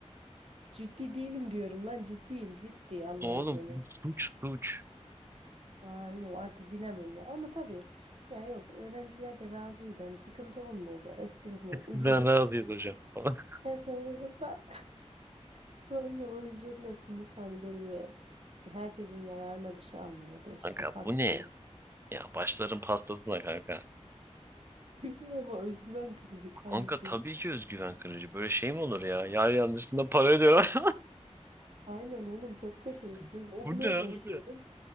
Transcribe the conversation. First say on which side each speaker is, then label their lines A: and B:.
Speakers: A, on the right (about 60°); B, on the right (about 20°).
A: Ciddi değilim diyorum lan ciddiyim ciddi Allah
B: Oğlum
A: seni.
B: bu suç suç.
A: Aynen artık bilemem ya ama tabii ya yok öğrenciler de razıydı hani sıkıntı olmuyordu esprisine ucuz
B: Ben ne yapayım hocam? <laughs>
A: en sonrasında <laughs> sonra o ücretle sınıf hani böyle bir herkesin yararına bir şey alınıyordu işte
B: Kanka
A: pasta
B: bu ne ya? Ya başların pastasına kanka.
A: Değil mi? Ama özgüven kırıcı kanki.
B: Kanka tabii ki özgüven kırıcı. Böyle şey mi olur ya? Yar yardımcısında para ödüyor.
A: Aynen oğlum çok kötü.
B: <laughs>
A: Mesela okumaya
B: Bu ne abi?
A: başlıyorum.